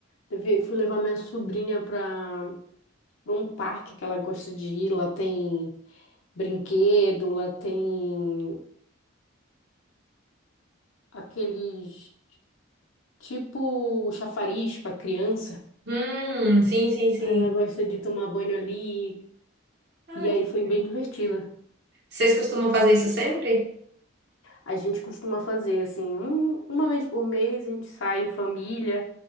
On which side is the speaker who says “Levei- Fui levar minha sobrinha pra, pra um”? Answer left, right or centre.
Left